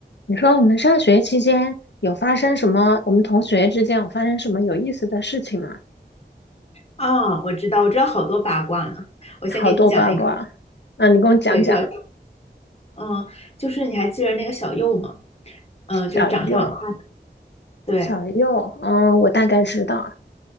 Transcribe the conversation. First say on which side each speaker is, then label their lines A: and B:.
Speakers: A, on the left; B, on the left.
A: 你说我们上学期间有发生什么？我们同学之间有发生什么有意思的事情吗？
B: 啊，我知道，我知道好多八卦呢。我先给你讲一个，
A: 好多八卦啊，啊，你给我讲讲。
B: 对，比较，嗯，就是你还记得那个小右吗？嗯，就是长得挺好看的，
A: 小右，
B: 对，
A: 小右，嗯，我大概知道，